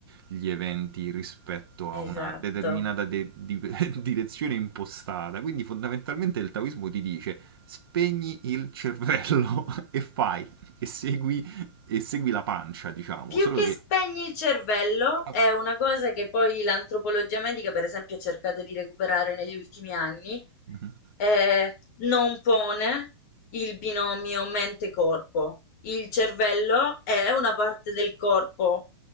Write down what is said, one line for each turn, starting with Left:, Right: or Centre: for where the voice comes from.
Right: gli eventi rispetto a
Left: Esatto.
Right: una determinata de- di- <laughs> direzione impostata. Quindi fondamentalmente il taoismo ti dice spegni il cervello <laughs> e fai, e segui, e segui la pancia, diciamo,
Left: Più
Right: solo
Left: che
Right: che...
Left: spegni il cervello,
Right: Ah,
Left: è una cosa che poi l'antropologia medica, per esempio, ha cercato di recuperare negli ultimi anni,
Right: Mhm.
Left: eh, non pone il binomio mente-corpo. Il cervello è una parte del corpo